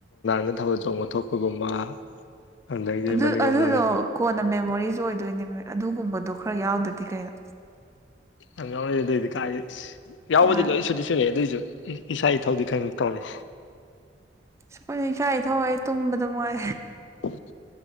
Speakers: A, on the left; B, on the right.
A: ꯅ ꯊꯕ ꯆꯣꯡꯕ ꯊꯣꯛꯄꯒꯨꯝꯕ ꯑꯗꯒꯤ
B: ꯑꯗꯨ
A: ꯃꯅꯤꯡꯂꯣꯝꯗꯅ
B: ꯑꯗꯨꯗꯣ ꯀꯣꯟꯅ ꯃꯦꯃꯣꯔꯤꯁꯨ ꯑꯣꯏꯗꯣꯏꯅꯦ ꯑꯗꯨꯒꯨꯝꯕꯗꯣ ꯈꯔ ꯌꯥꯎꯗꯗꯤ ꯀꯩꯅꯣ
A: ꯌꯥꯝꯪ ꯌꯥꯎꯔꯛꯑꯦ ꯑꯗꯨꯑꯣꯏꯗꯤ ꯀꯥꯏꯦ ꯌꯥꯎꯕꯗꯤ
B: ꯅꯨꯡꯉꯥꯏꯕꯅꯦ
A: ꯂꯣꯏ ꯁꯨꯗꯤꯤ ꯁꯨꯔꯛꯑꯦ ꯑꯗꯨꯑꯣꯏꯁꯨ ꯏꯁꯥ ꯏꯊꯧꯗꯤ ꯈꯪꯉ ꯇꯧꯅꯤ
B: ꯁ ꯑꯩꯣꯏꯅ ꯏꯆꯥ ꯏ ꯊꯧꯏ ꯇꯨꯝꯕꯗ ꯃꯣꯏ
A: <unintelligible>